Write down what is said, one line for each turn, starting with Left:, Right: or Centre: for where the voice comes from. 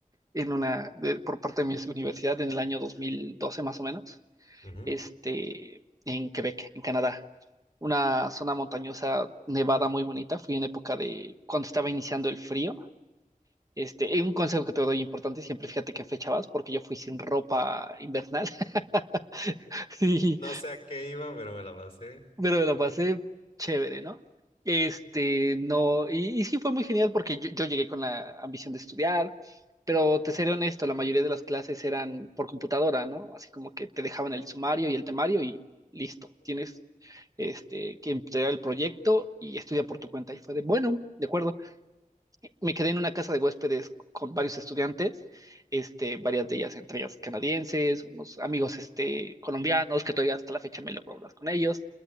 Right: en una, de- por parte de mi universidad en el año 2012 más o menos
Left: Ujú.
Right: este, en Quebec, en Canadá. Una zona montañosa, nevada muy bonita. Fui en época de cuando estaba iniciando el frío. Este, y un consejo que te doy importante, siempre fíjate qué fecha vas, porque yo fui sin ropa invernal. <laughs> Sí
Left: No sé a qué iba, pero me la pasé
Right: pero me lo pasé chévere, ¿no? Este, no, y, y sí fue muy genial porque yo, yo llegué con la ambición de estudiar, pero te seré honesto, la mayoría de las clases eran por computadora, ¿no? Así como que te dejaban el sumario y el temario y listo, tienes este, que entregar el proyecto y estudia por tu cuenta. Y fue de, bueno, de acuerdo me quedé en una casa de huéspedes con varios estudiantes, este, varias de ellas, entre ellas canadienses, unos amigos este, colombianos que todavía hasta la fecha me logro hablar con ellos,